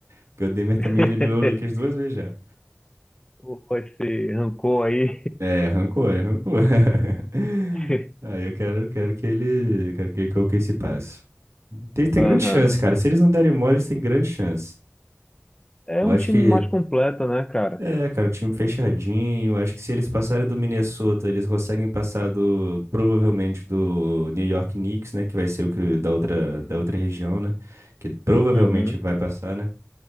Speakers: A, on the right; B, on the left.
A: Porque o Denver também
B: <laughs>
A: eliminou o Lakers duas vezes já.
B: Pô, Esse rancor aí.
A: É, arrancou, é, arrancou. <laughs>
B: <laughs>
A: Aí eu quero, quero que ele, eu quero que, que o OKC passe. Tem, tem
B: Aham.
A: grande chance, cara. Se eles não derem mole, eles têm grande chance.
B: É
A: Eu
B: um
A: acho
B: time
A: que,
B: mais completo, né, cara?
A: é, cara, o time fechadinho. Eu acho que se eles passarem do Minnesota, eles conseguem passar do, provavelmente do New York Knicks, né? Que vai ser o que da outra, da outra região, né? Que provavelmente
B: Uhum.
A: vai passar, né?